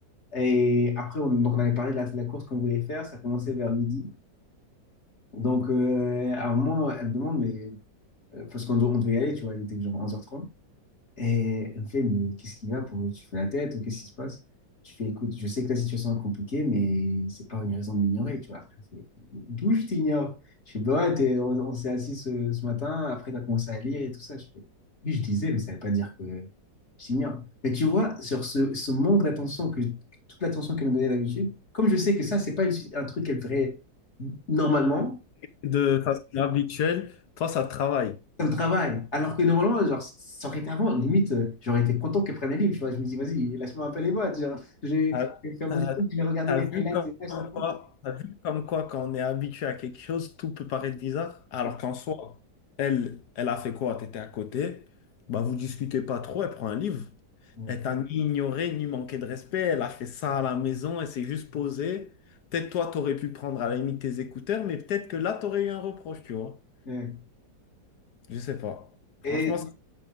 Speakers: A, on the left; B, on the left.
A: Et après, on, donc on avait parlé de la, de la course qu'on voulait faire, ça commençait vers midi. Donc, euh, à un moment, elle me demande, mais euh, parce qu'on do- on devait y aller, tu vois, il était genre 11h30. Et elle me fait, mais qu'est-ce qu'il y a pour tu fais la tête ou qu'est-ce qui se passe? Je fais, écoute, je sais que la situation est compliquée, mais c'est pas une raison de m'ignorer, tu vois. Après, elle me fait, d'où je t'ignore? Je fais, bah ouais, t'es- on, on s'est assis ce, ce matin, après t'as commencé à lire et tout ça. Je fais, oui, je disais, mais ça veut pas dire que je t'ignore. Mais tu vois, sur ce, ce manque d'attention, que, toute l'attention qu'elle me donnait d'habitude, comme je sais que ça, c'est pas une- un truc qu'elle ferait normalement,
B: De façon habituelle, toi, ça travaille.
A: ça me travaille. Alors que normalement, genre, ça aurait été avant, limite, euh, j'aurais été content qu'elle prenne un livre, tu vois. Je me dis, vas-y, lâche-moi un peu les boîtes, genre, je vais,
B: T'as,
A: je vais faire
B: t'as-
A: mon truc, je vais regarder
B: t'as
A: les
B: vu
A: highlights
B: comme
A: et ça, justement.
B: quoi, t'as vu comme quoi quand on est habitué à quelque chose, tout peut paraître bizarre. Alors
A: Ouais,
B: qu'en soi, elle, elle a fait quoi? T'étais à côté, bah vous discutez pas trop, elle prend un livre.
A: ouais.
B: Elle t'a ni ignoré, ni manqué de respect. Elle a fait ça à la maison, elle s'est juste posée. Peut-être toi, t'aurais pu prendre à la limite tes écouteurs, mais peut-être que là, t'aurais eu un reproche, tu vois.
A: ouais.
B: Je sais pas. Franchement,
A: Et
B: ça-